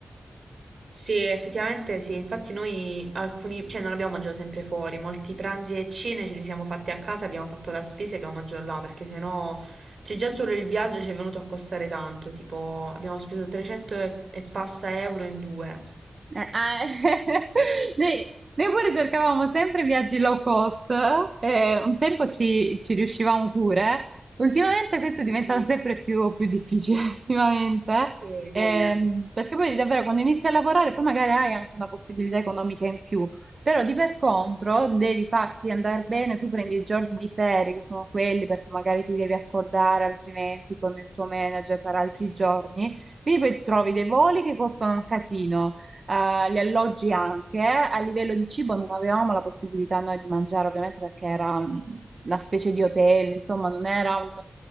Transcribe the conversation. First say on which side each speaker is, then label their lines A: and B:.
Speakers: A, on the right; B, on the right.
A: Sì, effettivamente sì, infatti noi alcuni, cioè non abbiamo mangiato sempre fuori, molti pranzi e cene ce li siamo fatti a casa, abbiamo fatto la spesa e abbiamo mangiato là, perché sennò c'è già solo il viaggio ci è venuto a costare tanto, tipo abbiamo speso 300 e, e passa euro in due.
B: Eh, ah, <laughs> Noi, noi pure cercavamo sempre viaggi low cost, eh, un tempo ci, ci riuscivamo pure, ultimamente questo
A: Mm.
B: è diventato sempre più, più difficile, <laughs> ultimamente,
A: Sì.
B: ehm, perché poi davvero quando inizi a lavorare poi magari hai anche una possibilità economica in più, però di per contro devi farti andare bene, tu prendi i giorni di ferie che sono quelli perché magari ti devi accordare altrimenti con il tuo manager per altri giorni, quindi poi trovi dei voli che costano un casino eh, gli alloggi anche. A livello di cibo non avevamo la possibilità noi di mangiare, ovviamente, perché era mm, una specie di hotel, insomma, non era un